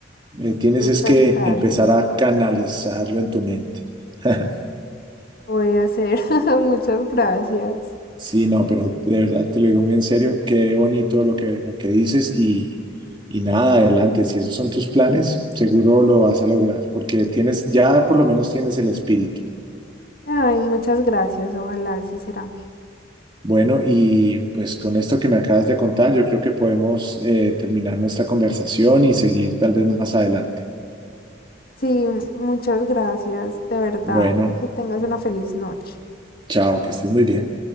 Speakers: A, on the right; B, on the left.
A: Eh, tienes
B: Muchas
A: es que
B: gracias.
A: empezar a canalizarlo en tu mente. <laughs>
B: Voy a hacer. <laughs> Muchas gracias.
A: Sí, no, pero de verdad te lo digo muy en serio, qué bonito lo que, lo que dices y, y nada, adelante, si esos son tus planes, seguro lo vas a lograr, porque tienes, ya por lo menos tienes el espíritu.
B: Ay, muchas gracias. Ojalá así será.
A: Bueno, y pues con esto que me acabas de contar, yo creo que podemos eh, terminar nuestra conversación y seguir tal vez más adelante.
B: Sí, muchas gracias. De verdad.
A: Bueno,
B: Que tengas una feliz noche.
A: chao, que estés muy bien.